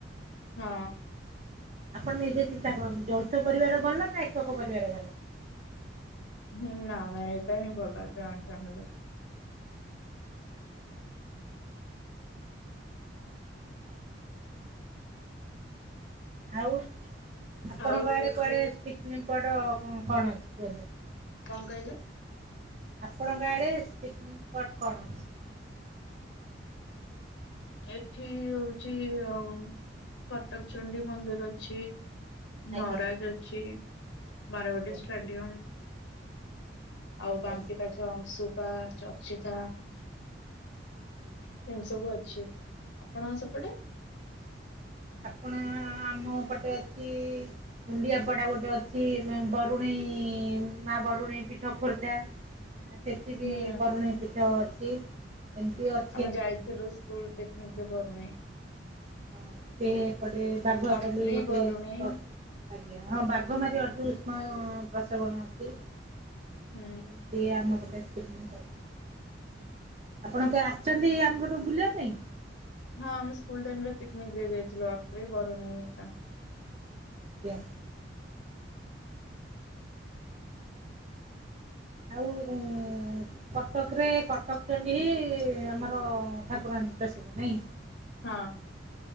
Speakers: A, on the left; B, on the right.
A: ହଁ।
B: ଆପଣ ନିଜେ ଚିନ୍ତା କରନ୍ତୁ ଯୌଥ ପରିବାର ଭଲ ନା ଏକକ ପରିବାର ଭଲ?
A: ହୁଁ ନା ନା ଏଟାହିଁ ଭଲ ଜଏଣ୍ଟ ଫ୍ୟାମିଲି।
B: ଆଉ ଆପଣଙ୍କ
A: ଆଉ
B: ଆଡେ
A: ହଉଛି
B: କୁଆଡେ ପିକନିକ ସ୍ପଟ କଣ ଅଛି କୁହନ୍ତୁ?
A: କଣ କହିଲେ?
B: ଆପଣଙ୍କ ଆଡ଼େ ପିକନିକ ସ୍ପଟ୍ କଣ ଅଛି?
A: ଏଠି ହଉଛି ଅମ କଟକ ଚଣ୍ଡୀ ମନ୍ଦିର ଅଛି।
B: ଆଜ୍ଞା
A: ନରାଜ ଅଛି ବାରବାଡିୀ
B: ଆଜ୍ଞା
A: ଷ୍ଟାଡିୟମ ଆଉ
B: ଆଜ୍ଞା
A: ବାଙ୍କି ଟା ସେ ଅଂଶୁପା ଚର୍ଚିକା ଏମିତି ସବୁ ଅଛି। ଆପଣଙ୍କ ସେପଟେ?
B: ଆପଣ ଆମ ପଟେ ଅଛି କୁଣ୍ଡିଆ ପଡ଼ା ଗୋଟେ ଅଛି ବରୁଣେଇ ମା ବରୁଣେଇ ପୀଠ ଖୋର୍ଦ୍ଧା। ସେଠି ବି
A: ହୁଁ
B: ବରୁଣେଇ ପିଠ ଅଛି ଏମିତି ଅ
A: ଆମେ ଯାଇଥିଲ ସ୍କୁଲ ପିକନିକରେ ବରୁଣେଇ।
B: ହଁ ଗୋଟେ ଏପଟେ ବାଘୁଆପା୍ଲି
A: ଅଟ୍ରି
B: ଗୋଟେ
A: ବରୁଣେଇ
B: ସ୍ପଟ। ଆଜ୍ଞା ହଁ ବାଘମାରି ଅଟ ଉଷ୍ମ ପ୍ରସବଣ ଅଛି।
A: ହୁଁ
B: ଆଉ ଏମତି ଆମକୁ ଦେଖିଛନ୍ତି ସାର। ଆପଣ କେ ଆସିଛନ୍ତି ଆମ ପଟୁ ବୁଲିବା ପାଇଁ?
A: ହଁ ଆମେ ସ୍କୁଲ ଟାଇମରେ ପିକନିକରେ ଯାଇଥିଲୁ ଅଟ୍ରି ବରୁଣେଇ ଚା
B: ଆଜ୍ଞା। ଆଉ ଉଁ କଟକରେ କଟକ ଚଣ୍ଡୀ ହିଁ ଆମର ଠାକୁରାଣୀ ପ୍ରସିଦ୍ଧ ନାଇଁ?
A: ହଁ।